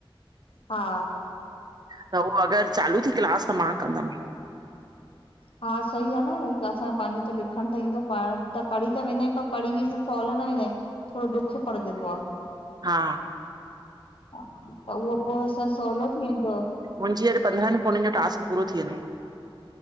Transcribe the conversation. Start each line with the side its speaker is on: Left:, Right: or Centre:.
Left: हा
Right: त उहो अगर चालू थी क्लास त मां कंदम
Left: हा सही आ न भई असां पंहिंजो त लिखण त ईंदो पढ़ त पढ़ी त वेंदा आहियूं पर पढ़ी बि असां सौहलो न वेंदा आहियूं। थोरो ॾुखो पढजण दो आ।
Right: हा
Left: ह त उहो पो असां सौहलो थी वेंदो
Right: मुंजी अॼ पंड्रहन फोनन जो टास्क पूरो थी वेंदो।